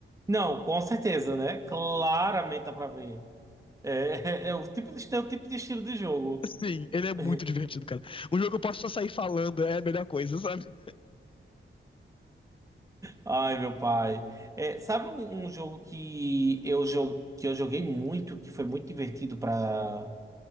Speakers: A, on the right; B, on the left.
A: Não, com certeza, né? Claramente dá pra ver. É, é é o tipo de, é o tipo de estilo de jogo.
B: Sim, ele é muito
A: <laughs>
B: divertido, cara. Um jogo que eu posso só sair falando é a melhor coisa, sabe?
A: Ai, meu pai. É, sabe um, um jogo que eu, jo- que eu joguei muito, que foi muito divertido pra,